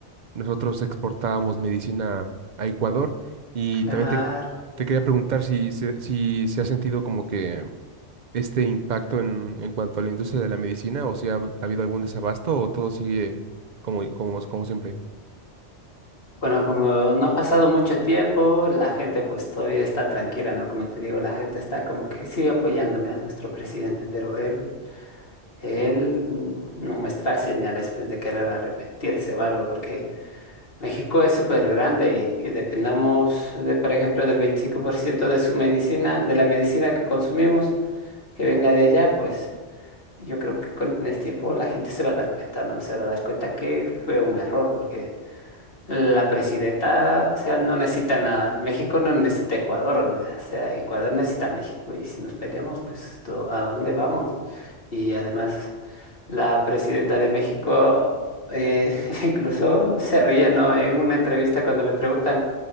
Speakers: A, on the right; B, on the left.
A: nosotros exportábamos medicina a Ecuador y
B: claro.
A: también te, te quería preguntar si, se- si se ha sentido como que este impacto en, en cuanto a la industria de la medicina o si ha, ha habido algún desabasto o todo sigue como, como, como siempre.
B: Bueno, como no ha pasado mucho tiempo, la gente pues todavía está tranquila, ¿no? Como te digo, la gente está como que sigue apoyándole a nuestro presidente, pero él, él no muestra señales pues de querer arrepentirse o algo, porque México es súper grande y que dependamos de, por ejemplo, del 25% de su medicina, de la medicina que consumimos, que venga de allá, pues yo creo que con el tiempo la gente se va a dar cuenta, ¿no? Se va a dar cuenta que fue un error, porque la presidenta, o sea, no necesita nada. México no necesita Ecuador, o sea, Ecuador necesita a México. Y si nos peleamos, pues, do- ¿a dónde vamos? Y además, la presidenta de México eh, <laughs> incluso se ríe, ¿no? En una entrevista cuando le preguntan,